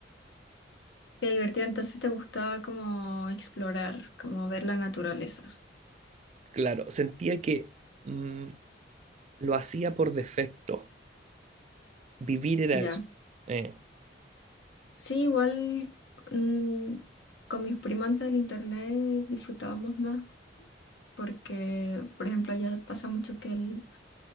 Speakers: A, on the left (about 75°); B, on the right (about 35°).
A: Qué divertido, entonces te gustaba como explorar, como ver la naturaleza.
B: Claro, sentía que mm, lo hacía por defecto. Vivir era
A: Ya.
B: eso. Eh,
A: Sí, igual mm, con mis primas antes del internet disfrutábamos más porque, por ejemplo, allá pasa mucho que el-